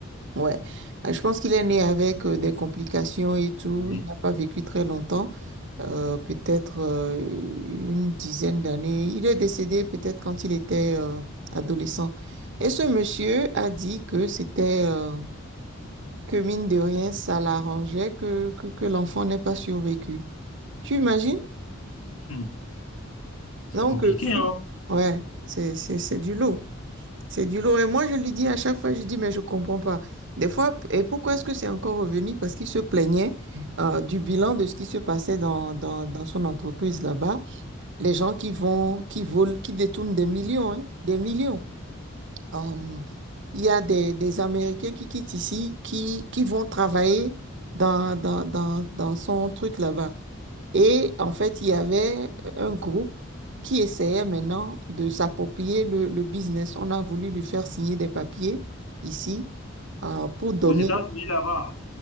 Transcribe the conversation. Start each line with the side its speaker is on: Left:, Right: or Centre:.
Right: ouais. Euh, Je pense qu'il est né avec euh, des complications et tout.
Left: oui,
Right: Il n'a pas vécu très longtemps, euh, peut-être euh, une dizaine d'années. Il est décédé peut-être quand il était euh, adolescent. Et ce monsieur a dit que c'était, euh, que mine de rien, ça l'arrangeait que, que, que l'enfant n'ait pas survécu. Tu imagines?
Left: Hum, c'est
Right: Donc,
Left: compliqué,
Right: euh, fu-
Left: hein.
Right: ouais, c'est, c'est, c'est du lot. C'est du lot. Et moi, je lui dis à chaque fois, je dis, mais je comprends pas. Des fois, et pourquoi est-ce que c'est encore revenu? Parce qu'il se plaignait euh, du bilan de ce qui se passait dans, dans, dans son entreprise là-bas. Les gens qui vont, qui volent, qui détournent des millions, hein, des millions. Hum, il y a des, des Américains qui quittent ici, qui, qui vont travailler dans, dans, dans, dans son truc là-bas. Et en fait, il y avait un groupe qui essayait maintenant de s'approprier le, le business. On a voulu lui faire signer des papiers ici euh, pour donner
Left: Aux États-Unis, là-bas,